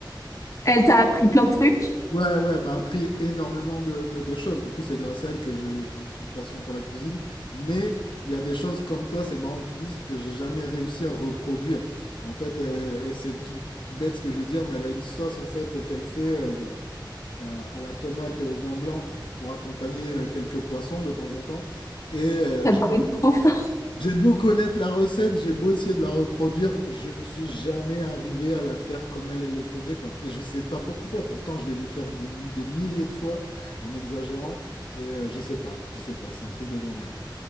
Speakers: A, on the left; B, on the left.
A: Elle t'a appris plein de trucs.
B: Ouais, ouais, elle m'a appris énormément de, de- de choses. Du coup, c'est grâce à elle que j'ai j'ai- j'ai une passion pour la cuisine. Mais il y a des choses comme toi, c'est marrant que tu dises, que j'ai jamais réussi à reproduire. En fait, euh, et c'est tout bête ce que je veux dire, mais elle a une sauce en fait qu'elle fait euh, euh, à la tomate et au vin blanc pour accompagner euh, quelques poissons de temps en temps. Et euh,
A: Ça me donne trop faim.
B: j'ai beau connaître la recette, j'ai beau essayer de la reproduire, je ne suis jamais arrivé à la faire comme elle, elle le faisait, quoi. Et je sais pas pourquoi. Pourtant, je l'ai vu faire des, des milliers de fois en exagérant. Et euh, je sais pas, je sais pas, c'est un truc de grand-mère.